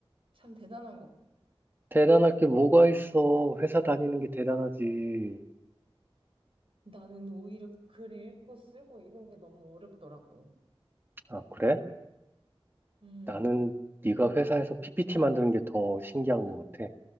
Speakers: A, on the right (about 70°); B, on the right (about 20°).
A: 참 대단한 거.
B: 대단할 게 뭐가 있어. 회사 다니는 게 대단하지.
A: 나는 오히려 글 읽고 쓰고 이런 게 너무 어렵더라고.
B: 아, 그래?
A: 음.
B: 나는 네가 회사에서 PPT 만드는 게 더 신기한 것 같아.